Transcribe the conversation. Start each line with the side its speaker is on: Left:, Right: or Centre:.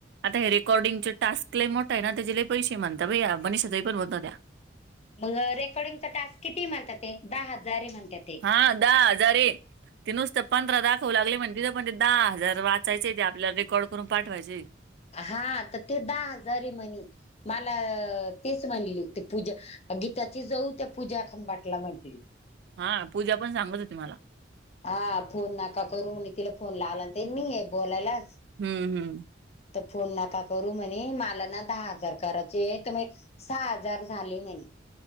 Right: आता हे रेकॉडिंग टास्क लई मोठं आहे ना त्याचे पैसे म्हणता बाई मनीषा ताई पण म्हणतं होत्या.
Left: मग रेकॉर्डिंग टास्क किती म्हणतात ते दहा हजार ये म्हणतात. ते
Right: हा दहा हजारे. ते नुसतं पंधरा दाखवू लागले म्हणजे तिथे पण ते दहा हजार वाचायचे ते आपल्याला रेकॉर्ड करून पाठवायचे.
Left: हा तर ते दहा हजार येईल म्हणे मला तेच म्हणले ते पूजा गीताची जाऊ त्या पूजा खंबाटला म्हटली
Right: हा पूजा पण सांगत होती मला
Left: हा फोन नका करू म्हणे तिला फोन लावला तेनी आहे बोलायला
Right: हम्म हम्म
Left: तर फोन नाका करू म्हणे मला ना दहा हजार करायचे आहे तर मी सहा हजार झाले म्हणे.